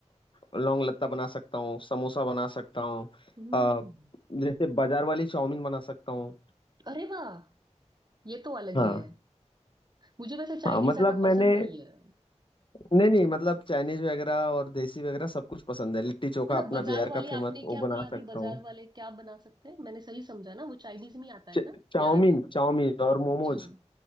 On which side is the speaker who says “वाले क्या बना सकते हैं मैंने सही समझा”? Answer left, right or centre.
Right